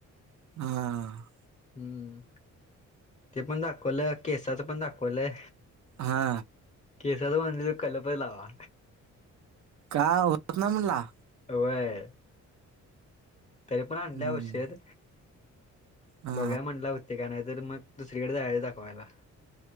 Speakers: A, on the right; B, on the left.
A: हं
B: हम्म, ते पण दाखवलं, केसाच पण दाखवलं.
A: हा
B: केसाच म्हणलं कलपचं लावा.
A: हा होतचं ना म्हणला
B: व्हय, तरी पण आणलय
A: हम्म
B: औषध
A: हा
B: बघूया म्हणला होते का नाय त मग दुसरीकड जायच दाखवायला.